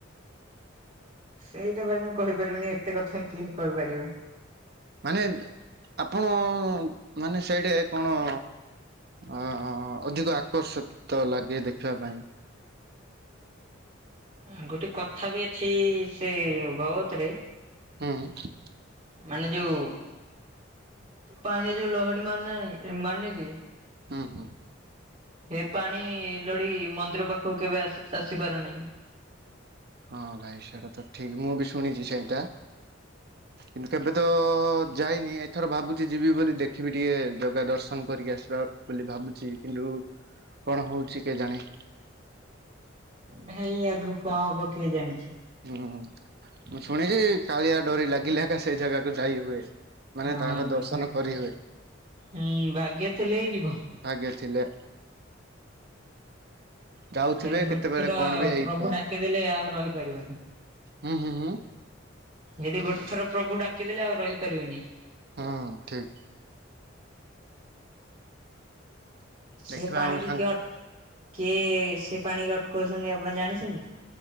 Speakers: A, on the right; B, on the right.
A: ସେଇଟା ଭାଇ ମୁଁ କହିପାରିବିନି ଏତେ କଥା କିଏ କହିପାରିବ।
B: ମାନେ ଆପଣ ମାନେ ସେଇଟି କଣ ଅ ଅଧିକ ଆକର୍ଷିତ ଲାଗେ ଦେଖିବା ପାଇଁ।
A: ଅ ଗୋଟେ କଥା ବି ଅଛି ସେ ଭଗବତ ରେ
B: ହୁଁ।
A: ମାନେ ଯୋଉ ପାଣି ଯୋଉ ଲହଡି ମାରୁନି। ମାନେ କି
B: ହୁଁ ହୁଁ।
A: ହେ ପାଣି ଲହଢ଼ି ମନ୍ଦିର ପାଖକୁ କେବେ ଆସି ଆସିପାରୁନାହିଁ।
B: ହଁ ଭାଇ ସେଇଟା ତ ଠିକ, ମୁଁ ବି ଶୁଣିଚି ସେଇଟା। କିନ୍ତୁ କେବେ ତ ଯାଇନି ଏଥର ଭାବୁଛି ଯିବି ବୋଲି ଦେଖିବି ଟିକେ ଜଗା ଦର୍ଶନ କରିକି ଆସିବା। ବୋଲି ଭାବୁଛି କିନ୍ତୁ କଣ ହଉଛି କେଜାଣି।
A: ଭ। ଇ ଆଗକୁ କଣ ହବ କିଏ ଜାଣିଛି।
B: ହୁଁ ମୁଁ ଶୁଣିଛି କାଳିଆ ତୋରି ଲାଗିଲେ ସେଇ ଜାଗାକୁ ଯାଇ ହୁଏ। ମାନେ
A: ହଁ
B: ତାଙ୍କ ଦର୍ଶନ କରି ହୁଏ
A: ହୁଁ ଭାଗ୍ୟ ଥିଲେ ହିଁ ଯିବ।
B: ଭାଗ୍ୟ ଥିଲେ। ଯାଉଥିବେ
A: ଯଦି ଗୋଟେ
B: କେତେବେଳେ
A: ଥର
B: କଣ ବି ହେଇପାରେ।
A: ପ୍ରଭୁ ଡାକିଦେଲେ ଆଉ ରହିପାରିବନି।
B: ହୁଁ ହୁଁ ହୁଁ
A: ଯଦି ଗୋଟେ ଥର ପ୍ରଭୁ ଡାକିଦେଲେ ଆଉ ରହିପାରିବନି।
B: ହୁଁ ଠିକ୍। ଦେଖିବା
A: ସେ ପାଣି
B: ଆମ
A: କିଏ
B: ସାଙ୍ଗ
A: ଅଟ କିଏ ସେ ପାଣି କି ଅଟକାଉଛନ୍ତି ଆପଣ ଜାଣିଛନ୍ତି?